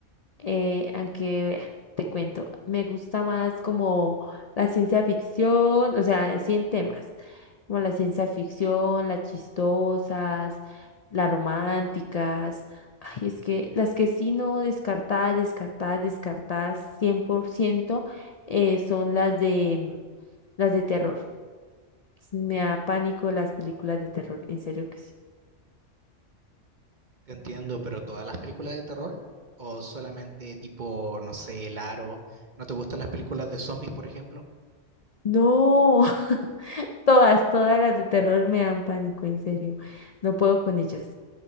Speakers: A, on the left; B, on the right.
A: eh, aunque vea, te cuento, me gusta más como la ciencia ficción, o sea, así en temas, como la ciencia ficción, las chistosas, las románticas. Ay, es que las que sí no descartadas, descartadas, descartadas 100% eh, son las de mm, las de terror. Me da pánico las películas de terror, en serio que sí.
B: Te entiendo, pero ¿todas las películas de terror? ¿O solamente tipo, no sé, El Aro? ¿No te gustan las películas de zombies, por ejemplo?
A: No. <laughs> Todas, todas las de terror me dan pánico, en serio. No puedo con ellas,